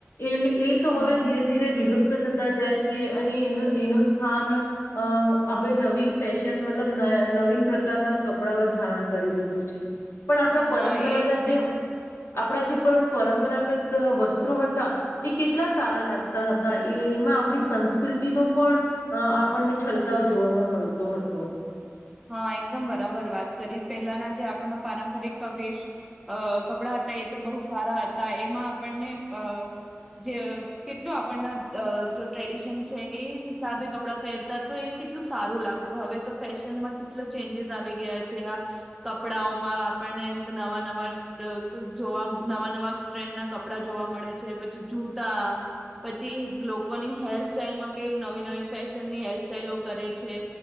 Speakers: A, on the left (about 75°); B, in the centre.
A: એ એ તો હવે
B: હમ
A: ધીરે ધીરે વિલુપ્ત થત તા જાય છે અને એનું-એનું સ્થાન અહ હવે નવીન ફેશન મતલબ ન અહ નવીન પ્રકારના કપડાઓ એ ધારણ કરી લીધું છે. પણ આપણા પરંપરાગત
B: હા એજ ને
A: જેવ આપણા જે પરંપરાગત વસ્ત્રો હતા એ કેટલા સારા લાગતા હતા એમાં આપણી સંસ્કૃતિનો પણ આપણને છલકાવ જોવામાં મલ તો હતો.
B: હા એકદમ બરાબર વાત કરી પહેલાના જે આપણના પારંપરિક કવેશ અ કપડા હતા એ તો બહુ સારા હતા એમાં આપણને પ જે કેટલું આપણન અ જ ટ્રેડિશન છે એ હિસાબે કપડાં પહેરતા તો એ કેટલું સારું લાગતું હવે તો ફેશનમાં કેટલા ચેન્જસ આવી ગયા છે આ કપડાઓમાં આપણને નવા-નવા અ ડ જોવા નવા-નવા ટ્રેન્ડ ના કપડા જોવા મળે છે પછી જૂતા પછી લોકોની હેરસ્ટાઈલમાં કે નવી-નવી ફેશનની હેરસ્ટાઈલો કરે છે